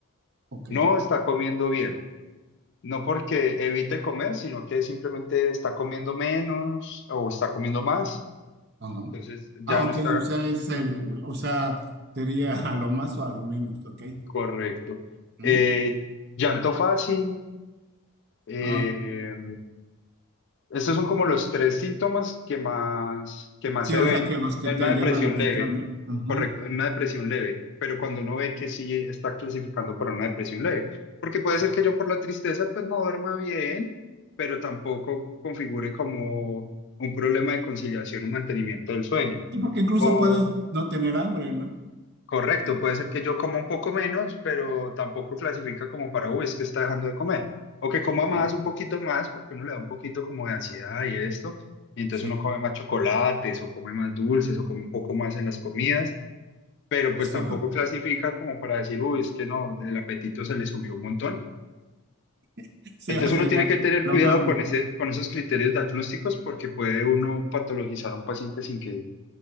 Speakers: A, on the right (about 45°); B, on the left (about 50°).
A: Ok,
B: no está comiendo bien. No porque evite comer, sino que simplemente está comiendo menos o está comiendo más
A: ajá.
B: Entonces ya
A: Ah, ok,
B: no está
A: o sea, es el, o sea, sería a lo más o a lo menos, ok.
B: correcto.
A: Ujú.
B: Eh, llanto fácil. eh,
A: Ah,
B: estos son como los tres síntomas que más, que más
A: sí,
B: se
A: o
B: ven
A: sea, que los que
B: en
A: te
B: una depresión
A: llaman la atención,
B: leve.
A: ¿no? Ajá,
B: Correcto, en una depresión leve. Pero cuando uno ve que sí está clasificando para una depresión leve. Porque puede
A: sí.
B: ser que yo por la tristeza pues no duerma bien, pero tampoco configure como un problema de conciliación o mantenimiento del sueño.
A: Sí, porque incluso
B: o
A: puedes no tener hambre, ¿no?
B: Correcto,
A: Ujú,
B: puede ser que yo coma un poco menos, pero tampoco clasifica como para, uy, es que está dejando de comer. O que coma más,
A: ujú.
B: un poquito más, porque uno le da un poquito como de ansiedad y esto. Y entonces
A: Sí,
B: uno come más chocolates o come más dulces o come un poco más en las comidas, pero pues
A: sí,
B: tampoco clasifica como para decir, uy, es que no, el apetito se le subió un montón.
A: <laughs> sí,
B: Entonces
A: o sea,
B: uno
A: ya
B: tiene que tener
A: lo
B: cuidado
A: mando.
B: con ese, con esos criterios diagnósticos porque puede uno patologizar a un paciente sin que,